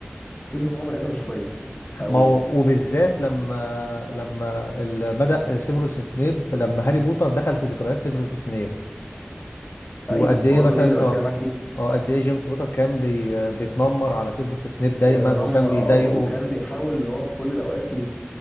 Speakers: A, on the left (about 25°); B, on the left (about 65°).
A: حسيت ان هو بني ادم مش كويس او
B: ما هو وبالذات لما لما ال- بدأ سيفروس سنيب لما هاري بوتر دخل في ذكريات سيفروس سنيب وقد
A: ايوه
B: ايه
A: ما هو
B: مثلا
A: دي اللي
B: اه
A: بتكلم معاك فيها
B: اه قد ايه جيمس بوتر كان بي بيتنمر على سيفروس سنيب دايما
A: بيتنمر
B: وكان بيضايقه
A: اه وكان بيحاول ان هو في كل الاوقات ي...